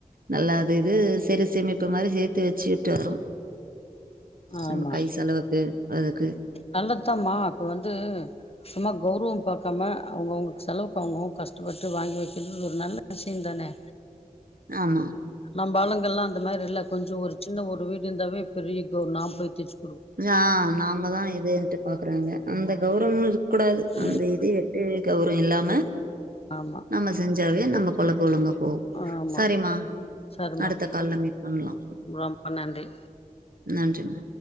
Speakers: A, on the right (about 85°); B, on the left (about 45°).
A: நல்லா அது இது சிறு சேமிப்பு மாரி சேத்து வெச்சுட்டு வரோ
B: ஆமா
A: நம்ம கை செலவுக்கு அதுக்கு
B: நல்லத்தாமா அப்ப வந்து சும்மா கௌரவோ பாக்காம அவுங்கவுங்ளுக்கு செலவுக்கு அவுங்கவுங் கஷ்டப்பட்டு வாங்கி வைக்கிறதுனு ஒரு நல்ல விஷ்யோ தானே
A: ஆமா
B: நம்ம ஆளுங்கள்லா அந்த மாரி இல்ல கொஞ்சோ ஒரு சின்ன ஒரு வீடு இர்ந்தாவே பெரீய கௌ ஒரு நா போய் தச்
A: ஆ நாமதா இதுன்ட்டு பாக்குறாங்க அந்த கௌரவமோ இருக் கூடாது அந்த
B: இருக்கு
A: இது வெட்டு கௌரவோ இல்லாம
B: ஆமா
A: நம்ம செஞ்சு செஞ்சாவே நம்ம பொழப்பு ஒழுங்க ஓ
B: ஆமா
A: சரிம்மா
B: சரிம்மா
A: அடுத்த கால்ல மீட் பண்லா
B: ரொம்ப நன்றி
A: நன்றிங்க